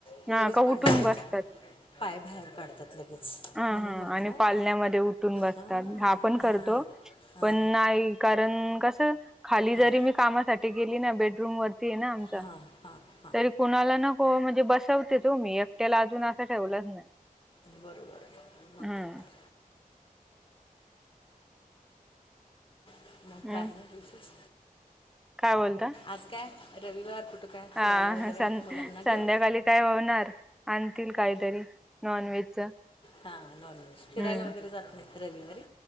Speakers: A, on the left; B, in the centre.
A: की
B: हा
A: लगेच
B: का
A: पाळण्यातून
B: उठून बसतात
A: पाय बाहेर काढत तात लगेच.
B: ह
A: म्हणून
B: हा
A: म्हटलं
B: आणि पालण्यामध्ये उठून बसत
A: हां
B: हा पण
A: हां
B: करतो
A: हां
B: पण नाही कारण कस खाली
A: हां
B: जरी मी कामासाठी गेली ना बेडरूम वरती आहे ना आमचा
A: हां हां हां
B: तरी कुणाला नको म्हणजे बसवते तोच मी एकट्याला अजून असं ठेवलाच नाही
A: बरोबर आहे मग
B: हम्
A: काय तर मग
B: हम्म
A: काय आणि विशेष
B: काय बोलता
A: आज काय रविवार कुठं काय
B: हा
A: फिरायला वगैरे
B: स
A: मुलांना घेऊन
B: संध्याकाळी काय होणार आणतील काहीतरी नॉनव्हेजच
A: हा नॉन व्हेज
B: हम्म.
A: फिरायला वगैरे जात नाही रविवारी